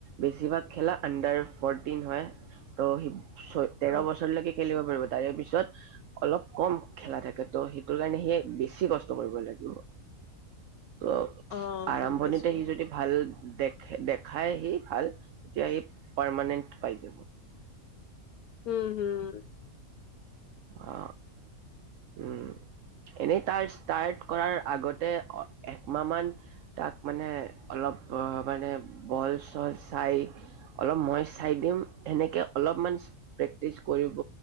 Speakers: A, on the right; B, on the left.
A: বেছিভাগ খেলা আণ্ডাৰ ফৰটিন হয় ত ছয় তেৰ
B: অ
A: বছৰলৈকে খেলিব পাৰিব তাৰে পিছত অলপ কম খেলা থাকে ত' সেইটোৰ কাৰণে সে বেছি কষ্ট কৰিব লাগিব ত
B: অ
A: আৰম্ভণিতে
B: গম পাইছো
A: সি যদি ভাল দেখ দেখায় সি ভাল তেতিয়া সি পাৰমানেণ্ট পাই যাব
B: উম হম
A: অ উম এনেই তাৰ ষ্টাৰ্ট কৰাৰ আগতে একমাহ মান তাক মানে অলপ মানে বল চল চাই অলপ মই চাই দিম সেনেকে অলপমান প্ৰেক্টিচ কৰিব